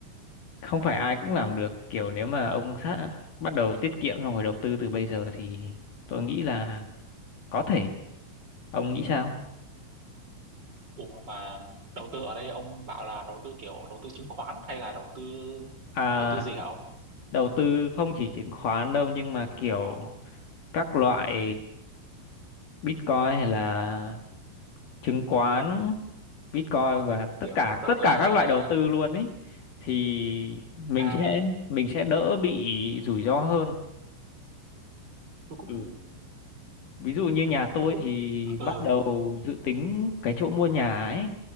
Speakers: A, on the left (about 60°); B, on the right (about 30°).
A: không phải ai cũng làm được. Kiểu nếu mà ông sát bắt đầu tiết kiệm xong rồi đầu tư từ bây giờ thì tôi nghĩ là có thể. Ông nghĩ sao?
B: Ủa mà đầu tư ở đây ông bảo là đầu tư kiểu đầu tư chứng khoán hay là đầu tư
A: À,
B: đầu tư gì hả ông?
A: đầu tư không chỉ chứng khoán đâu nhưng mà kiểu các loại Bitcoin hay là chứng khoán Bitcoin và tất
B: Kiểu
A: cả
B: ờ, đầu
A: tất
B: tư
A: cả
B: ờ,
A: các loại đầu tư luôn ấy thì mình
B: à
A: sẽ mình sẽ đỡ bị rủi ro hơn
B: tôi cũng
A: ừ. ví dụ như nhà tôi
B: tôi cũng
A: thì bắt
B: ừ
A: đầu dự tính cái chỗ mua nhà ấy